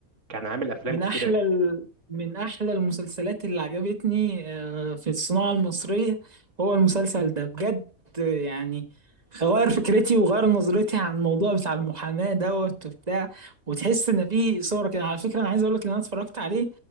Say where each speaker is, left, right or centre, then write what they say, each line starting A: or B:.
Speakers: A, on the right (about 60°); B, on the right (about 30°).
A: كان عامل افلام
B: من
A: كتيره
B: احلى ال... من احلى المسلسلات اللي عجبتني آه، في الصناعة المصرية هو المسلسل ده بجد يعني غير فكرتي وغير نظرتي عن الموضوع بتاع المحاماة دوت وبتاع وتحس ان في صورة كده على فكرة انا عايز اقول لك ان انا اتفرجت عليه